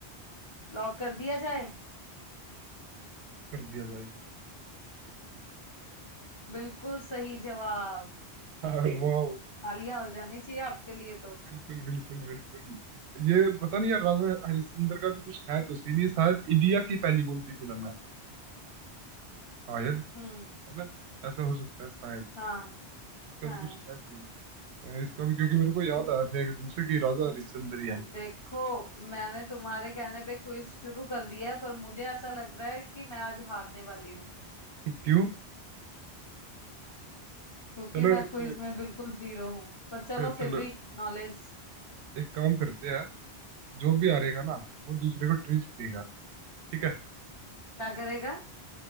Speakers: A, on the left (about 30°); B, on the right (about 85°).
A: लॉक कर दिया जाए
B: कर दिया जाए
A: बिल्कुल सही जवाब
B: हाँ वाह
A: तालियां हो जानी चाहिए आपके लिए तो
B: बिल्कुल बिल्कुल बिल्कुल ये पता नहीं यार राजा हरिश्चंद्र का भी कुछ है तो सीन ये शायद इंडिया की पहली बोलती फिल्म है शायद
A: हम्म
B: है ना ऐसा हो सकता है शायद
A: हाँ
B: इसका
A: हाँ
B: भी कुछ है सीन इसका भी क्योंकि मेरे को याद आया था एक दूसरे की राजा हरिश्चंद्र ही है
A: देखो मैंने तुम्हारे कहने पे क्विज शुरू कर दिया है पर मुझे ऐसा लग रहा है कि मैं आज हारने वाली हूँ
B: <laughs> क्यों
A: क्योंकि
B: चलो
A: मैं
B: एक
A: क्विज में बिल्कुल जीरो हूँ पर चलो
B: चलो
A: फिर भी नॉलेज
B: एक काम करते हैं जो भी हारेगा ना वो दूसरे को ट्रीट देगा ठीक है
A: क्या करेगा